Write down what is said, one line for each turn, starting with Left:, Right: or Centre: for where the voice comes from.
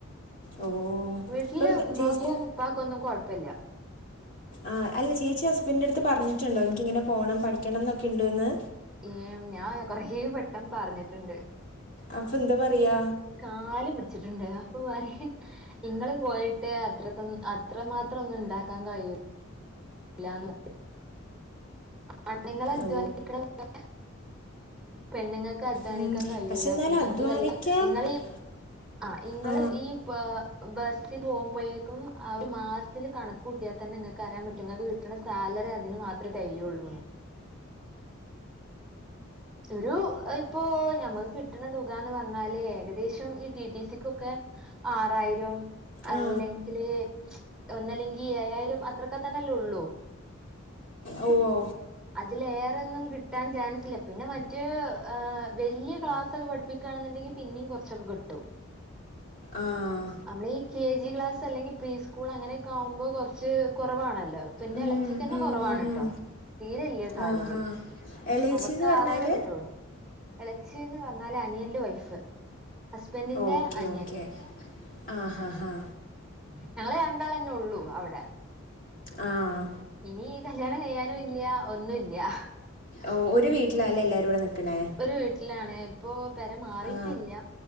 Left: ഓ
Centre: വീട്ടിൽ
Left: ഇപ്പം
Centre: ഉമ്മാക്കും
Left: ചേച്ചി
Centre: ഉപ്പാക്കും ഒന്നും കൊഴപ്പമില്ല
Left: ആഹ് അല്ല ചേച്ചി ഹുസ്ബന്റിന്റെയാടുത്ത് പറഞ്ഞിട്ടുണ്ടോ എനിക്കിങ്ങനെ പോണം പഠിക്കണന്നൊക്കെയിണ്ട് എന്ന്
Centre: ഏഹ് ഞാൻ കൊറെ വട്ടം പറഞ്ഞിട്ടുണ്ട്
Left: അപ്പൊ എന്താ പറയാ
Centre: കാല് പിടിച്ചിട്ടുണ്ട് അപ്പൊ പറയും നിങ്ങൾ പോയിട്ട് അത്രത്തൊ അത്ര മാത്രം ഒന്നും ഉണ്ടാക്കാൻ കഴിയൂല്ല ഇല്ലാന്ന് ആണ്ണുങ്ങൾ അധ്വാനീക്കണപോലെ
Left: ഓ
Centre: പെണ്ണുങ്ങൾക്ക് അധ്വാനിക്കാൻ
Left: ഉം.
Centre: പഠിക്കാൻ
Left: പക്ഷെ
Centre: കഴൂല
Left: എന്നാലും
Centre: പിന്നെ
Left: അധ്വാനിക്കാൻ
Centre: അതുയെല്ലാം ഇങ്ങള് ഈ ആഹ് ഇങ്ങള്
Left: ആ
Centre: ഈ ഇപ്പൊ ബസ്സിൽ പോകുമ്പോഴേക്കും ആഹ് ഒരു മാസത്തിൽ കണക്ക് കൂട്ടിയാൽ തന്നെ നിങ്ങൾക്ക് അറിയാൻ പറ്റും നിങ്ങൾക്ക് കിട്ടാനുസാലറി അതിന് മാത്രമേ തേകയുള്ളൂ ഒരു ഇപ്പൊ ഞമക്ക് കിട്ടണ തുകന്ന് പറഞ്ഞാല് ഏകദേശം ഈ ട്ടിട്ടിസിയൊക്കെ ആറായിരം അല്ലെങ്കില്
Left: ആ
Centre: ഒന്നല്ലെങ്കിൽ ഏഴായിരം അത്രയൊക്കെ തന്നെല്ലേ ഉള്ളൂ
Left: ഓഹ്
Centre: അതിലേറെന്നും കിട്ടാൻ ചാൻസില്ല പിന്നെ മറ്റ് വലിയ ക്ലാസ്സൊക്കെ പഠിപ്പിക്കുന്ന പഠിപ്പിക്കാണെന്നണ്ടെങ്കിൽ പിന്നെയും കുറച്ചൊക്കെ കിട്ടും
Left: ആഹ്
Centre: നമ്മൾ ഈ കെ ജി ക്ലാസ് അല്ലെങ്കിൽ പ്രീ സ്കൂൾ അങ്ങനെയൊക്കെ ആകുമ്പോൾ കുറച്ച് കുറവാണല്ലോ പിന്നെ
Left: ഉം,
Centre: <unintelligible>
Left: ഉം,
Centre: കുറവാണ്
Left: ഉം, ഉം.
Centre: ട്ടോ തീരെയില്ല സാലറി
Left: ആ ഹാ എൽ ഐ
Centre: അവക്ക്
Left: സി എന്ന് പറഞ്ഞാൽ
Centre: ആറായിരൊക്കെ കിട്ടോ എളെച്ചിന്ന് പറഞ്ഞാല് അനിയന്റെ വൈഫ് ഹസ്ബന്റിന്റെ
Left: ഓക്കെ
Centre: അനിയൻ
Left: ഓക്കെ ആ ഹാ
Centre: ഉം
Left: ഹാ
Centre: ഞങ്ങൾ രണ്ടാള്ളെന്നെ ഉള്ളൂ അവിടെ
Left: ആഹ്
Centre: ഇനി ഈ കല്യാണം കഴിയാനും ഇല്ല ഒന്നുയില്ല
Left: ഓ ഒരു വീട്ടിലല്ലേ എല്ലാരും കൂടെ നിക്ക്ണേ
Centre: ഒരു വീട്ടിലാണ് ഇപ്പൊ പെരാ മാറിയിട്ടില്ല
Left: ആ